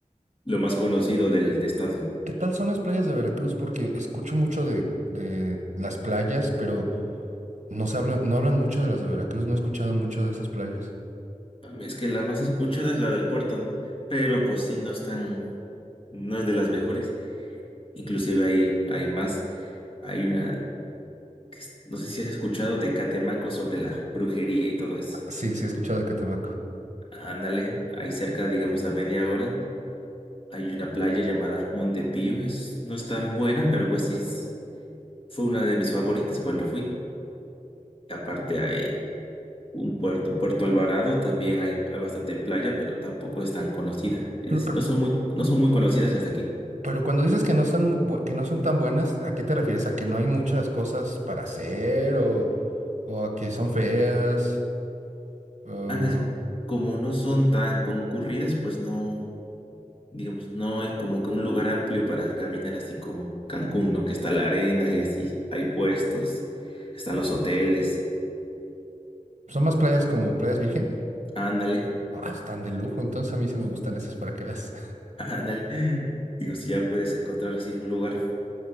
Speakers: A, on the left; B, on the right.
A: lo más conocido del estado,
B: ¿Qué tal son las playas de Veracruz? Porque escucho mucho de, de las playas, pero no se hablan, no hablan mucho de las de Veracruz. No he escuchado mucho de esas playas.
A: ¿no? Es que la más escuchada es la del puerto, ¿no? Pero pues sí, no están No es de las mejores. Inclusive hay, hay más. Hay una, que es- no sé si has escuchado de Catemaco sobre la brujería y todo eso.
B: Ah, Sí, sí, he escuchado de Catemaco.
A: Ándale, ahí cerca, digamos a media hora, hay una playa llamada Montepío. Es, no es tan buena, pero pues sí es- fue una de mis favoritas cuando fui. Aparte hay un puerto, Puerto Alvarado, también hay, hay bastante playa, pero tampoco es tan conocida. Es
B: Bueno,
A: decir,
B: pero,
A: no son muy, no son muy conocidas las de aquí.
B: pero cuando dices que no están, mu- bu- que no son tan buenas, ¿a qué te refieres? ¿A que no hay muchas cosas para hacer o, o a que son feas? O-
A: Ándale, como no son tan concurridas, pues no. digamos, no hay como que un lugar amplio para caminar así como Cancún, ¿no? Que está la arena y así, hay puestos, están los hoteles,
B: ¿son más playas como playas virgen?
A: ándale,
B: Ah, están de lujo, entonces a mí sí me gustan esas para que veas.
A: <laughs> ándale. Digo, si ya puedes encontrar así un lugar,